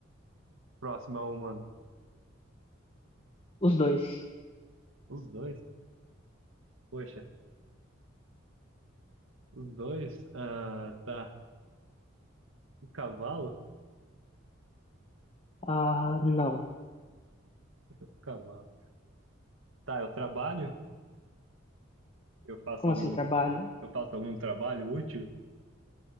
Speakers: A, on the right (about 80°); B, on the left (about 30°).
A: próximo ao humano?
B: Os dois.
A: Os dois? Poxa, os dois? Ah, tá. O cavalo?
B: Ah, não.
A: O cavalo. Tá, eu trabalho? Eu faço
B: Como
A: algum,
B: assim trabalha?
A: eu faço algum trabalho útil?